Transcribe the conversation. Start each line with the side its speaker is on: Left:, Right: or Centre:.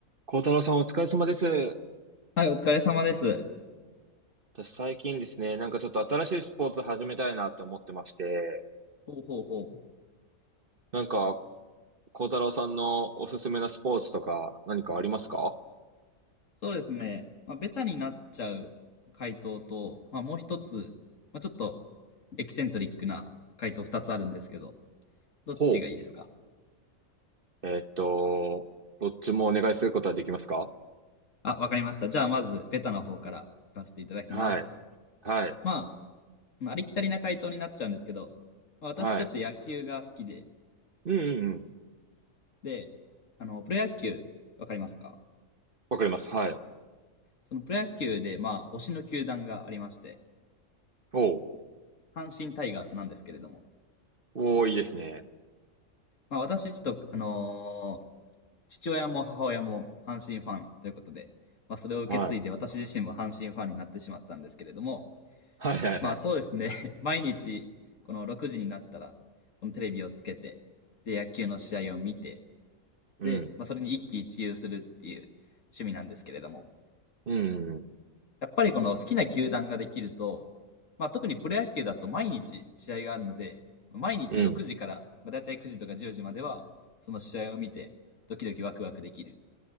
Right: 孝太郎さんお疲れ様です。
Left: はい、お疲れ様です。
Right: 私最近ですね、なんかちょっと新しいスポーツ始めたいなって思ってまして、
Left: ほうほうほう。
Right: なんか孝太郎さんのおすすめなスポーツとか何かありますか
Left: そうですね。まあ、ベタになっちゃう回答と、まあ、もう一つ、まあ、ちょっとエキセントリックな回答二つあるんですけど、どっちがいいですか
Right: ほう。えーっと、どっちもお願いすることはできますか
Left: あ、わかりました。じゃあ、まず、ベタな方から言わせていただきます。
Right: はい。はい。
Left: まあ、まあありきたりな回答になっちゃうんですけど、まあ、私ちょっと野球が好きで、
Right: はい。うんうんうん。
Left: で、あの、プロ野球、わかりますか
Right: わかります。はい。
Left: そのプロ野球で、まあ、推しの球団がありまして、
Right: おう。
Left: 阪神タイガースなんですけれども、
Right: おー、いいですね。
Left: まあ、私ちょっと、あの父親も母親も阪神ファンということで、まあ、それを受け継いで私自身も阪神ファンになってしまったんですけれども、
Right: はい。はいはいはい。
Left: まあそうですね、<laughs> 毎日この6時になったら、このテレビをつけて、で、野球の試合を見て、
Right: うん。
Left: で、まあ、それに一喜一憂するっていう趣味なんですけれども、
Right: うん。
Left: やっぱりこの好きな球団ができると、まあ、特にプロ野球だと毎日試合があるので、毎日6時から、
Right: うん。
Left: まあ、だいたい9時とか10時までは、その試合を見て、ドキドキワクワクできる。